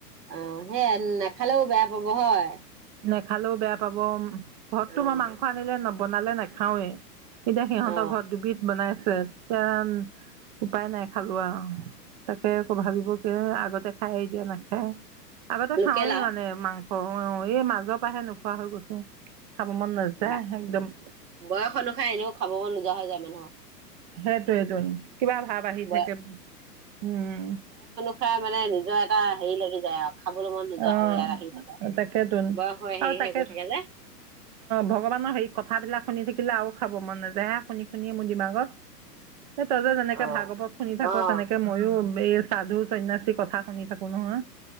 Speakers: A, on the right; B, on the right.
A: অহ, সেয়াই নাখালেও বেয়া পাব হয়।
B: নেখালেও বেয়া পাব, ঘৰততো
A: অ',
B: মই মাংস আনিলে নবনালে নেখাওৱে। এতিয়া সিহঁতৰ
A: অ
B: ঘৰত দুবিধ বনাইছে, তে উপায় নাই খালোঁ আৰু। তাকে আকৌ ভাবিব কি আগতে খায় এতিয়া নাখায়। আগতে
A: লোকেল
B: খাওৱেই
A: আও
B: মানে মাংস অহ, এই মাজৰ পৰা আহে নোখোৱা নোখোৱা হৈ গৈছোঁ, খাব মন নাযায়
A: বা
B: একদম।
A: বয়স অনুসায় এনেইও খাব নোযোৱা হৈ যায় মানুহৰ।
B: সেইটোয়েইটো কিবা ভাৱ আহি
A: বয়
B: থাকে উম।
A: খাই মানে নিজৰ এটা হেৰি লাগি যায় আৰু। খাবলৈ মন নোযোৱা
B: অহ,
A: হৈ আহি থাকে
B: তাকেতোন
A: বয়স হৈ হেৰি
B: আৰু তাকে
A: হৈ গৈ
B: অহ,
A: থাকে যে
B: ভগৱানৰ সেই কথাবিলাক শুনি থাকিলে আৰু খাব মন নাযায় হে শুনি-শুনি মোৰ দিমাগত। সেই তহঁতে যে যেনেকে
A: অ',
B: ভাগৱত শুনি থাক,
A: অ',
B: তেনেকে মইও এই সাধু সন্যাসী কথা শুনি থাকো নহয়।